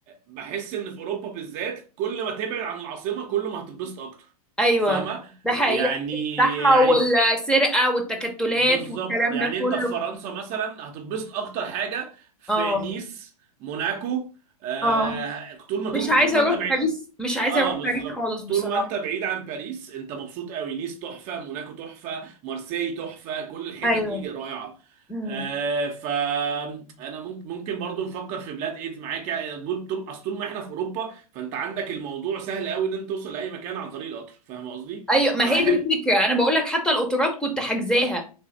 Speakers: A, on the right; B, in the centre.
A: بحس ان في اوروبا بالذات كل ما تبعد عن العاصمه كل ما هتتبسط اكتر
B: ايوه
A: فاهمه
B: ده حقيقه
A: يعني
B: الزحمه
A: يعني
B: والسرقه
A: في...
B: والتكتلات
A: بالظبط
B: والكلام
A: يعني
B: ده كله
A: انت في فرنسا مثلا هتتبسط اكتر حاجه في
B: اه
A: نيس موناكو آه
B: اه
A: طول ما طول
B: مش عايزه
A: طول ما
B: اروح
A: انت بعيد
B: باريس مش عايزه
A: اه
B: اروح
A: بالظبط
B: باريس خالص بصراحه
A: طول ما انت بعيد عن باريس انت مبسوط قوي نيس تحفه موناكو تحفه مارسيي تحفه كل الحتت
B: ايوه
A: دي رائعه
B: امم
A: آه فانا ممكن ممكن برضو نفكر في بلاد ايد معاك يعني طول طول- اصل طول ما احنا في اوروبا فانت عندك الموضوع سهل قوي ان انت توصل لاي مكان عن طريق القطر فاهم قصدي؟
B: ايوه
A: فأح...
B: ما هي دي الفكره
A: <laughs>
B: انا بقول لك حتى القطارات كنت حاجزاها